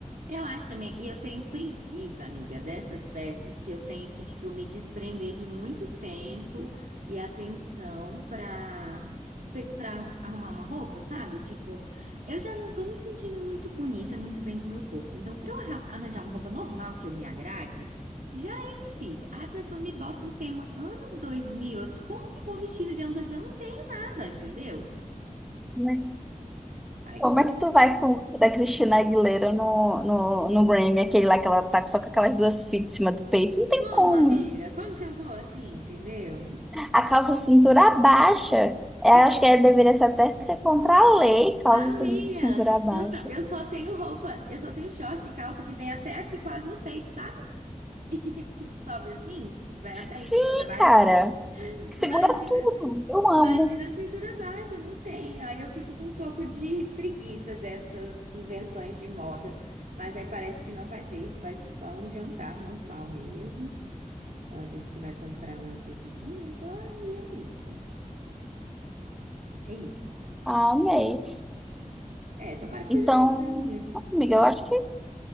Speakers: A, on the right; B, in the centre.
A: Eu acho também, e eu tenho preguiça, amiga, dessas festas que eu tenho que, tipo, me desprender de muito tempo e atenção pra, pe- pra arrumar uma roupa, sabe? Tipo, eu já não tô me sentindo muito bonita, muito bem com o meu corpo. Então, pra eu arra- arranjar uma roupa normal que eu me agrade, já é difícil. Aí a pessoa me bota um tema anos 2000, eu- como que eu vou vestida de anos 2000? Eu não tenho nada, entendeu?
B: né?
A: Aí,
B: Como é que tu vai com o da Cristina Aguilera no, no, no Grammy, aquele lá que ela tá só com aquelas duas fitas em cima do peito? Não tem
A: como,
B: como.
A: amiga? Como que eu vou assim, entendeu?
B: A calça cintura baixa. Eu
A: É,
B: acho que é- deveria ser até ser contra a lei, calça
A: Amiga,
B: cin- cintura baixa.
A: tu tá- eu só tenho roupa, eu só tenho short e calça que vem até aqui quase no peito, sabe? <laughs> Que sobe assim, vai até
B: Sim,
A: em cima da barriga.
B: cara. Segura
A: Imagina,
B: tudo. Eu amo.
A: imagina a cintura baixa, não tem. Aí eu fico com um pouco de preguiça dessas invenções de moda. Mas aí parece que não vai ser isso, vai ser só um jantar normal mesmo. Ela disse que vai comprar umas bebidinhas lá e é isso. É isso.
B: Ah, amei.
A: É, tomara que
B: Então,
A: seja bom, né, amiga?
B: amiga, eu acho que